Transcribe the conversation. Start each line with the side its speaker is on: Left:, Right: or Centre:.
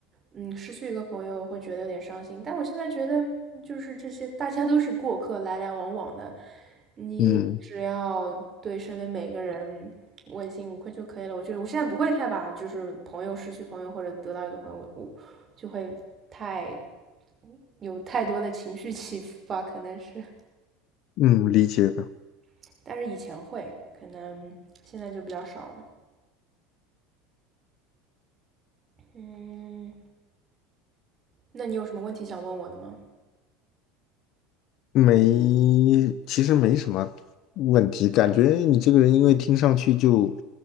Right: 嗯，失去一个朋友会觉得有点伤心，但我现在觉得就是这些大家都是过客，来来往往的，你只要对身边每个人问心无愧就可以了。
Left: 嗯
Right: 我觉得我现在不会太把就是朋友失去朋友或者得到一个朋友，我就会太有太多的情绪起伏吧，可能是，
Left: 嗯，理解的。
Right: <laughs> 但是以前会，可能现在就比较少了。嗯。那你有什么问题想问我的吗？
Left: 没，其实没什么问题，感觉你这个人因为听上去就